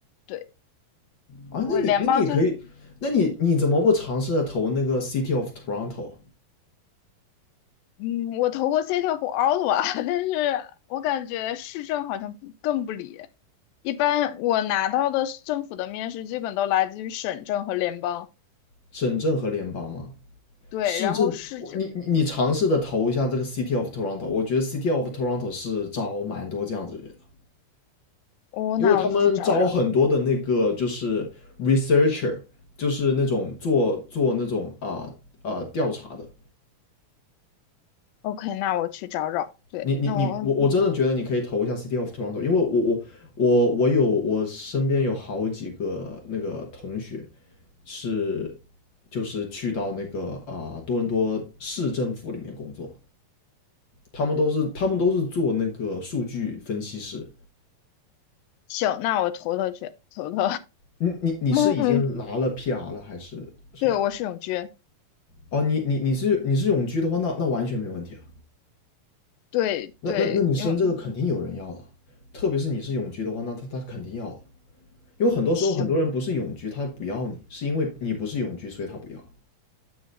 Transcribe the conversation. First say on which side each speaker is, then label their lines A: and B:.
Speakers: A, on the left; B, on the left.
A: 对，
B: 啊。
A: 我联邦就
B: 那你那你可以，那你你怎么不尝试着投那个 City of Toronto
A: 嗯，我投过 City 和 Ottawa，<laughs> 但是我感觉市政好像不更不理。一般我拿到的政府的面试，基本都来自于省政和联邦。
B: 省政和联邦吗？
A: 对，
B: 市政，
A: 然后市政，
B: 我你你你尝试的投一下这个 City of Toronto，我觉得 City of Toronto 是招蛮多这样子的人的，
A: 哦，
B: 因为他们招很多的那个就是
A: 那我去找找。
B: researcher，就是那种做做那种啊啊、呃呃调查的。
A: OK，那我去找找。对，
B: 你你你，
A: 那我
B: 我我真的觉得你可以投一下 City of Toronto，因为我我我我有我身边有好几个那个同学是就是去到那个啊、呃多伦多市政府里面工作，他们都是他们都是做那个数据分析师。
A: 行，那我投投去，投投。
B: 你你你是已经拿了
A: <laughs> 嗯，
B: PR 了还是什么？
A: 对，我是永居。
B: 哦，你你你是你是永居的话，那那完全没问题啊。
A: 对对，
B: 那那那你升这个肯定有人要的啊，
A: 因为
B: 特别是你是永居的话，那他他肯定要的啊。因为很多时候很多人不是永居，
A: 行，
B: 他不要你，是因为你不是永居，所以他不要。